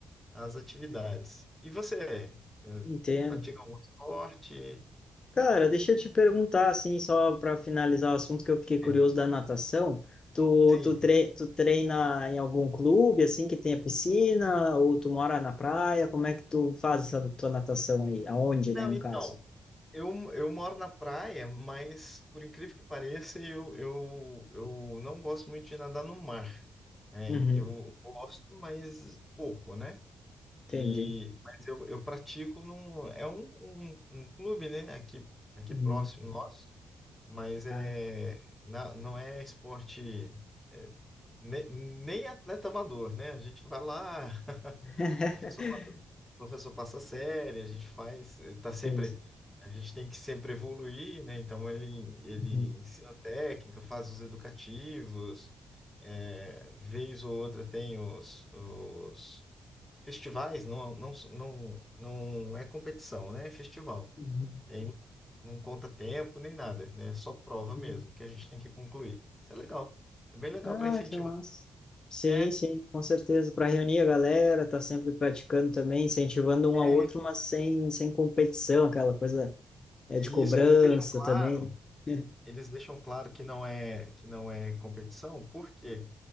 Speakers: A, in the centre; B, on the left.
A: as atividades. E você, é,
B: Entendo.
A: pratica algum esporte?
B: Cara, deixa eu te perguntar, assim, só para finalizar o assunto que eu fiquei curioso
A: É.
B: da natação. Tu,
A: Sim,
B: tu, tre tu treina em algum clube, assim, que tenha piscina? Ou tu mora na praia? Como é que tu faz essa tua natação aí? Aonde,
A: Não,
B: né, no
A: então,
B: caso?
A: eu, eu moro na praia, mas por incrível que pareça, eu, eu, eu não gosto muito de nadar no mar, né?
B: Uhum.
A: Eu gosto, mas pouco, né? E,
B: Entendi.
A: mas eu, eu pratico num, é um, um, um clube, né? Aqui, aqui
B: Uhum.
A: próximo nosso, mas é,
B: Ah.
A: na- não é esporte, é, ne- nem atleta amador, né? A gente vai lá <laughs>
B: <laughs>
A: O professor passa, o professor passa série, a gente faz, eh, tá sempre,
B: Entendi.
A: a gente tem que sempre evoluir, né? Então ele, ele
B: Uhum.
A: ensina técnica, faz os educativos, é, vez ou outra tem os, os festivais, não, não, não, não é competição, né? É festival.
B: Uhum.
A: E aí não, não conta tempo nem nada, né? É Só prova
B: Uhum.
A: mesmo, que a gente tem que concluir. Isso é legal. É bem legal
B: Ah,
A: para incentivar.
B: que massa. Sim,
A: É,
B: sim, com certeza. Para reunir a galera, tá sempre praticando também, incentivando um
A: é,
B: ao outro, mas sem, sem competição, aquela coisa é
A: e
B: de cobrança
A: isso, eles deixam claro.
B: também, né?
A: eles deixam claro que não é que não é competição, por quê?